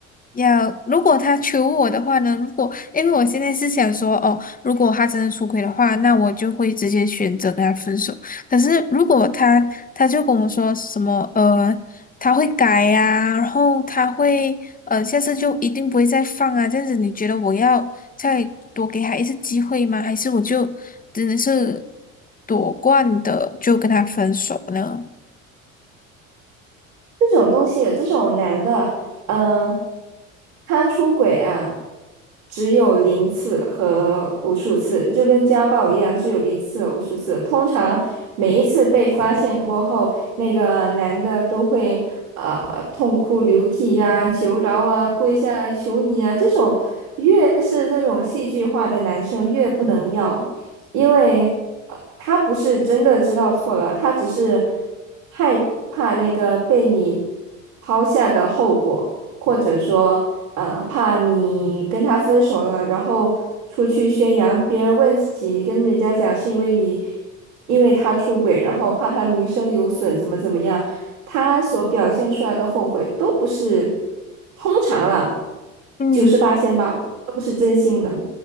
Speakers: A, on the left; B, on the right.
A: 要，如果他求我的话呢，如果因为我现在是想说，哦，如果他真的出轨的话，那我就会直接选择跟他分手。可是如果他他就跟我说什么呃，他会改呀、然后他会呃，下次就一定不会再放啊，这样子你觉得我要再多给他一次机会吗？还是我就真的是夺冠的就跟他分手呢？
B: 这种东西，这种男的，嗯、他出轨啊，只有零次和无数次，就跟家暴一样，只有零次和无数次。通常每一次被发现过后，那个男的都会呃痛哭流涕呀、求饶啊、跪下来求你啊。这种越是这种戏剧化的男生，越不能要。因为呃他不是真的知道错了，他只是害怕那个被你抛下的后果，或者说，呃，怕你跟他分手了，然后出去宣扬，别人问起你跟人家讲是因为你，因为他出轨，然后怕他名声有损，怎么怎么样，他所表现出来的后悔都不是，通常啦，
A: 嗯，
B: 九十八仙吧，都不是真心的。